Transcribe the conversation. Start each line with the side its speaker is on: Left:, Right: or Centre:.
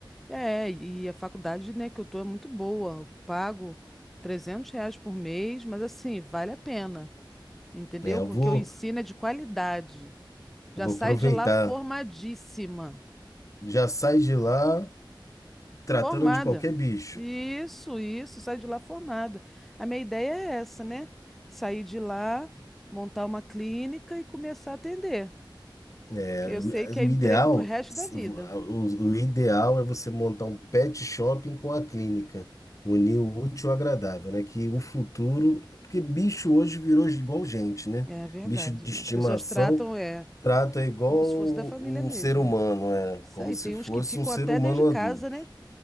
Centre: É, e a faculdade, né, que eu tô é muito boa. Eu pago 300 reais por mês, mas assim, vale a pena, entendeu?
Left: É, eu
Centre: Porque
Left: vou,
Centre: o ensino é de qualidade. Já
Left: eu vou
Centre: sai
Left: aproveitar.
Centre: de lá formadíssima.
Left: Já sai de lá tratando
Centre: Formada.
Left: de qualquer bicho.
Centre: Isso, isso, sai de lá formada. A minha ideia é essa, né? Sair de lá, montar uma clínica e começar a atender.
Left: É,
Centre: Porque eu
Left: o
Centre: sei que é emprego
Left: o ideal,
Centre: pro resto da vida.
Left: o, o ideal é você montar um pet shopping com a clínica, unir o útil ao agradável, né? Que o futuro, porque bicho hoje virou igual gente, né?
Centre: É verdade,
Left: Bicho de
Centre: né?
Left: estimação
Centre: As pessoas tratam, é,
Left: trata igual
Centre: como se fosse da família
Left: um
Centre: mesmo.
Left: ser humano, é,
Centre: Isso
Left: como
Centre: aí,
Left: se
Centre: tem
Left: fosse
Centre: uns que ficam
Left: um ser
Centre: até
Left: humano
Centre: dentro de casa,
Left: adulto.
Centre: né?